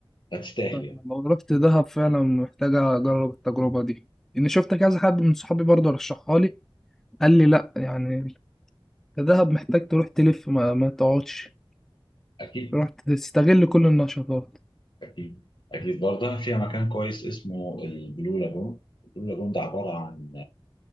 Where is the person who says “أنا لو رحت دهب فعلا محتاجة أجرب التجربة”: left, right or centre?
Centre